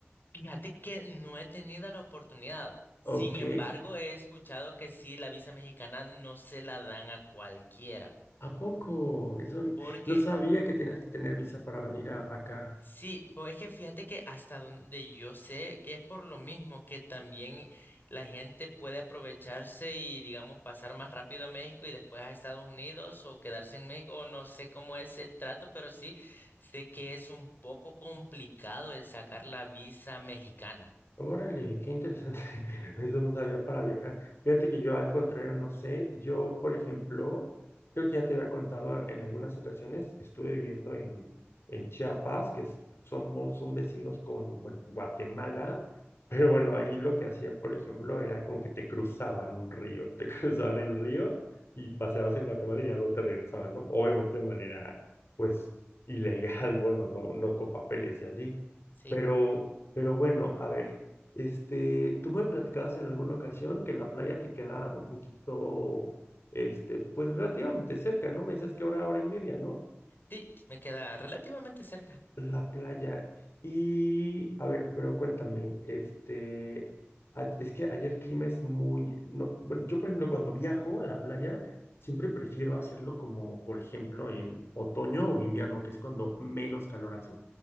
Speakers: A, on the left (about 50°); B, on the left (about 75°).
A: Fíjate que no he tenido la oportunidad. Sin
B: Ok,
A: embargo, he escuchado que sí, la visa mexicana no se la dan a cualquiera.
B: ¿a poco? Eso n-
A: Porque
B: no sabía que tenías que tener visa para venir a- acá.
A: sí, pues es que fíjate que hasta donde yo sé que es por lo mismo que también la gente puede aprovecharse y, digamos, pasar más rápido a México y después a Estados Unidos o quedarse en México. o No sé cómo es el trato, pero sí sé que es un poco complicado el sacar la visa mexicana.
B: Órale, qué interesante. <laughs> Eso no sabía para viajar. Fíjate que yo al contrario no sé. Yo, por ejemplo, creo que ya te había contado en algunas ocasiones, estuve viviendo en, en Chiapas, que es- somos, son vecinos con, bueno, Guatemala, pero bueno, ahí lo que hacían, por ejemplo, era como que te cruzaban un río, te <laughs> cruzaban el río y paseabas en Guatemala y ya luego te regresaban, ¿no? Obviamente de manera, pues, ilegal, <laughs> bueno, no, no con papeles y así.
A: Sí,
B: Pero, pero bueno, a ver. Este, tú me platicabas en alguna ocasión que la playa te queda un poquito, este, pues relativamente cerca, ¿no? Me decías que hora, hora y media, ¿no?
A: sí, me queda relativamente cerca.
B: La playa. Y, a ver, pero cuéntame, este, a- es que allá el clima es muy, no, bueno, yo por ejemplo cuando viajo a la playa, siempre prefiero hacerlo como, por ejemplo, en otoño o invierno, que es cuando menos calor hace.